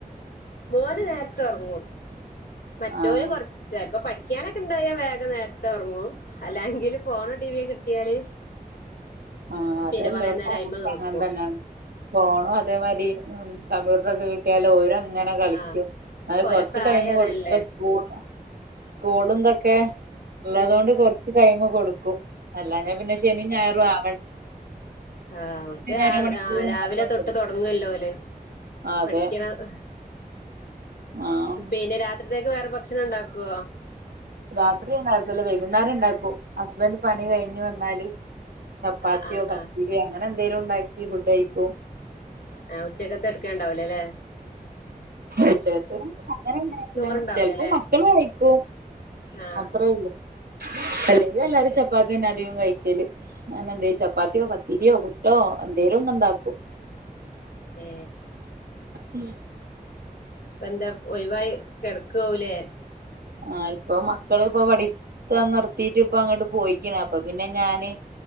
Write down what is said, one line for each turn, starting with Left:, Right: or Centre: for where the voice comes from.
Left: മോന് നേരത്തെ ഒറങ്ങും മറ്റോര്
Right: ആഹ്
Left: കൊറച്ച് ചെലപ്പോ പഠിക്കും ഞാനൊക്കെണ്ടായ വേഗം നേരത്തെ ഉറങ്ങും അല്ല എങ്കില് പോണ ടി വിയ കിട്ട കിട്ടിയാല്
Right: ആ അതല്ലോട്ത്തും
Left: പിന്നെ കൊറേ നേരം അയിമെ നിക്കും
Right: അങ്ങെ തന്നെയാണ് ഫോണും അതേമാരി കമ്പ്യൂട്ടർ ക്കെ കിട്ടിയാല് ഓരങ്ങനെ കളിക്കും
Left: ആഹ്
Right: അ
Left: ഓലെ
Right: കൊറച്ച്
Left: പ്രായം
Right: ടൈം
Left: അതല്ലേ
Right: കൊടുത്തി സ്‌കൂ സ്കൂള എന്തൊക്കെ ഉള്ളതുകൊണ്ട്
Left: ഉം
Right: കുറച്ച് കൈമ് കൊടുക്കും ക്കും അല്ല ഞാ പിന്നെ ശനിം ഞായറും ആ
Left: ആ ഓര്ക്ക് ആ
Right: അരമണിക്കൂർ
Left: രാവിലെ
Right: മാത്രം
Left: തൊട്ട്
Right: കൊടുക്കും
Left: തൊടങ്ങല്ലോ ഓല്
Right: അതെ
Left: പഠിക്കാണം ആ
Right: ആഹ്
Left: പിന്നെ രാത്രി ത്തേക്ക് വേറെ ഭക്ഷണം ഉണ്ടാക്കൊ
Right: രാത്രി ഉണ്ടാക്കൂല്ല വൈകുന്നേരം ഉണ്ടാക്കും ഹസ്ബൻഡ് പണി കഴിഞ് വന്നാല് ചപ്പാത്തിയോ
Left: ആഹ് ആഹ്
Right: പത്തീരിയോ
Left: ആഹ്
Right: അങ്ങനെ ന്തേലുണ്ടാക്കി ഫുഡ് കഴിക്കും
Left: ആ ഉച്ചക്കത്ത് എടുക്കണ്ടാവ്ല ല്ലേ
Right: ഉച്ചക്കത്തെ അങ്ങനെണ്ടായില്ല
Left: ചോറുണ്ടാവൂലല്ലേ
Right: ചിലപ്പോ മക്കള് കഴിക്കും
Left: ആഹ്
Right: അത്രള്ളൂ അല്ലെ ഇവിടെല്ലാരും
Left: ഏഹ്
Right: ചപ്പാത്തി തന്ന അധികം കഴി ല് അനെ എന്ത ചപ്പാത്തിയോ പത്തിരിയോ പുട്ടോ എന്തേലും ഒന്ന് ഉണ്ടാക്കും
Left: ഏ
Right: ഉം
Left: ഇപ്പ എന്താ ഒഴിവായി കിടക്ക കൗലേ
Right: ആ ഇപ്പൊ മക്കളിപ്പൊ പഠിത്ത നിർത്തിട്ട് ഇപ്പ അങ്ങട്ട് പോയിക്കണ അപ്പൊ പിന്നെ ഞാന്